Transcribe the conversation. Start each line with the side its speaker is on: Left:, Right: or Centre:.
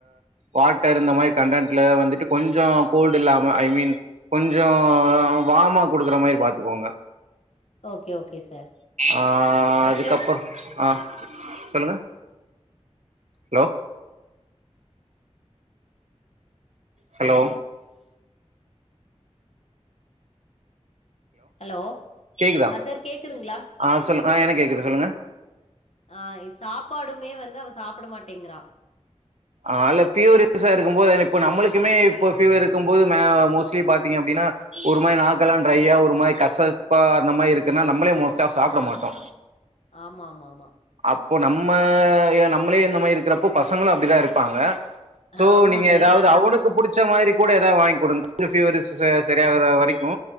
Right: வாட்டர் இந்த மாரி கண்டன்ட்ல வந்துட்டு கொஞ்சோ கோல்ட் இல்லாம ஐ மீன் கொஞ்சோ வாம்மா குடுக்குற மாரி பாத்துக்கோங்க
Left: ஓகே, ஓகே சார்.
Right: ஆ
Left: ஆக்சுவலா
Right: அதுக்கப்பறோ ஆ சொல்லுங்க ஹலோ ஹலோ
Left: ஹலோ
Right: கேக்குதா
Left: ஆ சார் கேக்குதுங்ளா
Right: ஆ சொல்லு ஆ எனக்கு கேக்குது சொல்லுங்க
Left: ஆ சாப்பாடுமே வந்து அவ சாப்புட மாட்டேங்றா
Right: ஆ அல்ல ஃபீவரிஷா இருக்கும்போது ஏன இப்ப நம்மளுக்குமே இப்போ ஃபீவர் இருக்கும்போது மா மோஸ்ட்லி பாத்தீங்க அப்டின்னா ஒரு மாரி நாக்கெல்லாம் ட்ரைய்யா ஒரு மாரி நாக்கல்லா ட்ரையா ஒரு மாரி கசப்பா அந்த மாரி இருக்குன்னா நம்மளே மோஸ்டா ஆஃப் சாப்புட மாட்டோ
Left: ஆமா ஆமா ஆமா
Right: அப்போ நம்ம நம்மளே இந்த மாரி இருக்கிறப்போ பசங்களு அப்டிதா இருப்பாங்க சோ
Left: ஆமா
Right: நீங்க
Left: சார்.
Right: ஏதாவது
Left: ஆனா
Right: அவனுக்கு புடிச் ச மாரி கூட ஏதா வாங்கிக் குடுங் ஃபீவரிஷ் ச சரியாற வரைக்கு